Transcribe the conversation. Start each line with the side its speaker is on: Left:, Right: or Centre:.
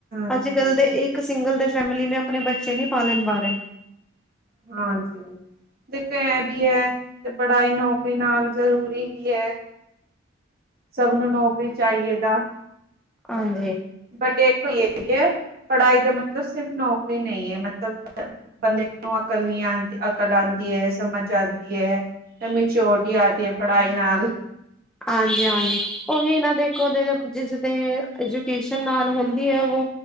Right: ਜਾਂਦੇ
Centre: ਅੱਜ-ਕੱਲ
Right: ਸੀ
Centre: ਦੇ ਇੱਕ ਸਿੰਗਲ ਦੇ ਫੈਮਿਲੀ ਅਪਨੇ ਬੱਚੇ ਨੀ ਪਾਲਨ ਨੀ ਪਾ ਰੈ।
Right: ਹਾਂਜੀ, ਇਕ ਐ ਵੀ ਹੈ ਤੇ ਪੜਾਈ ਨੌਕਰੀ ਨਾਲ ਜ਼ਰੂਰੀ ਵੀ ਐ। ਸਭ ਨੂੰ ਨੌਕਰੀ ਚੈਈਏ ਦਾ।
Centre: ਆਈਹੇ।
Right: ਬਟ ਏਸਵਿੱਚਪੜਾਈ ਦਾ ਮਤਲਬ ਸਿਰਫ ਨੌਕਰੀ ਨਹੀਂ ਐ। ਮਤਲਬ ਬੰਦੇ ਨੂੰ ਅਕਲ ਨੀ ਆਦੀ, ਅਕਲ ਆਦੀ ਐ, ਸਮਝ ਆਦੀ ਐ। ਸਮਝ ਸਿ਼ਔਰਟੀ ਆਤੀ ਐ, ਪੜਈ ਨਾਲ
Centre: ਹਾਂਜੀ, ਹਾਂਜੀ ਔਹੀ ਨਾ ਦੇਖੋ ਜਿਸ ਦੇ ਐਜੂਕੇਸ਼ਨ ਨਾਲ ਹੁੰਦੀ ਹੈ। ਵੋ